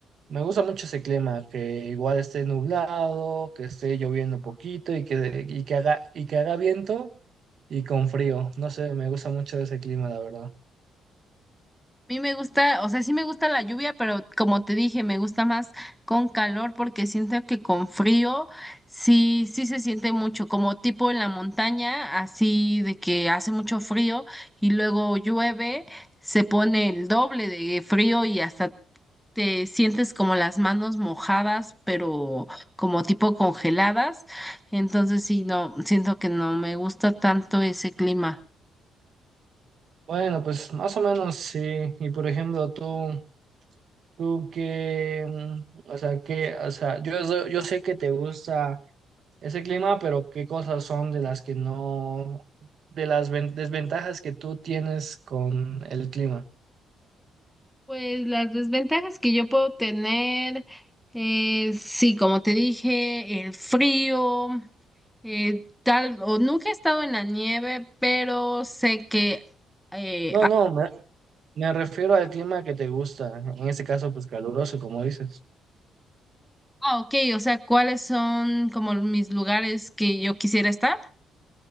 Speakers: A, on the right; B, in the centre.
A: me gusta mucho ese clima, que igual esté nublado, que esté lloviendo poquito y que, y que haga, y que haga viento y con frío. No sé, me gusta mucho ese clima, la verdad.
B: A mí me gusta, o sea, sí me gusta la lluvia, pero como te dije, me gusta más con calor porque siento que con frío sí, sí se siente mucho, como tipo en la montaña, así de que hace mucho frío y luego llueve, se pone el doble de frío y hasta te sientes como las manos mojadas, pero como tipo congeladas. Entonces sí, no, siento que no me gusta tanto ese clima.
A: Bueno, pues más o menos sí. Y por ejemplo, tú, tú que, mm, o sea, que, o sea, yo, so- yo sé que te gusta ese clima, pero ¿qué cosas son de las que no, de las ven- desventajas que tú tienes con el clima?
B: Pues las desventajas que yo puedo tener, eh, sí, como te dije, el frío, eh, tal, o nunca he estado en la nieve, pero sé que, eh,
A: No, no, me, me refiero al clima que te gusta, en este caso, pues caluroso, como dices.
B: ah, ok, o sea, ¿cuáles son como mis lugares que yo quisiera estar?